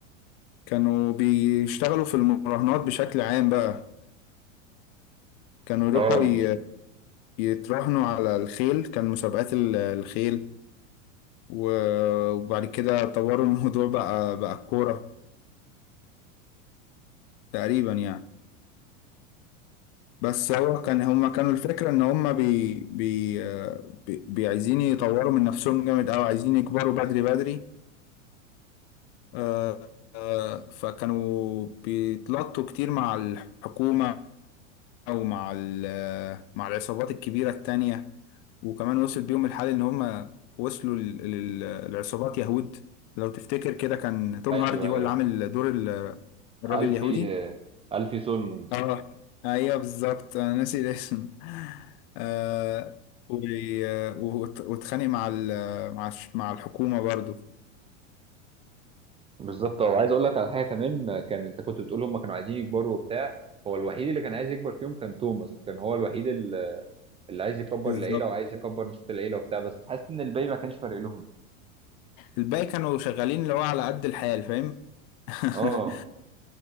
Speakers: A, on the left (about 50°); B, on the right (about 15°).
A: كانوا بيشتغلوا في المراهنات بشكل عام بقى كانوا يروحوا
B: اه ال-
A: ي- يتراهنوا على الخيل كان مسابقات ال- الخيل و- وبعد كده طوروا الموضوع <laughs> بقى بقى الكورة تقريبا يعني بس هو كان هما كانوا الفكرة ان هما بي بي آه، بي بي- عايزين يطوروا من نفسهم جامد اوي عايزين يكبروا بدري بدري آه، آه، فكانوا بيتلطوا كتير مع الحكومة او مع ال- آه، مع العصابات الكبيرة التانية وكمان وصل بيهم الحال ان هما وصلوا للعصابات يهود لو تفتكر كده كان توم
B: ايوه
A: هاردي هو
B: ايوه
A: اللي عامل دور ال- الراجل
B: الفي
A: اليهودي
B: آه، الفي سولمونز
A: اه ايوه بالظبط انا ناسي الاسم آه و... آه، وت- واتخانق مع ال... مع الش- مع الحكومة برضو
B: بالظبط وعايز اقول لك على حاجه كمان كان انت كنت بتقول هم كانوا عايزين يكبروا وبتاع هو الوحيد اللي كان عايز يكبر فيهم كان توماس كان هو الوحيد ال- اللي عايز يكبر
A: بالظبط
B: العيله وعايز يكبر نص العيله وبتاع بس حاسس ان الباقي ما كانش فارق لهم
A: الباقي كانوا شغالين اللي هو على قد الحال فاهم <laughs>
B: اه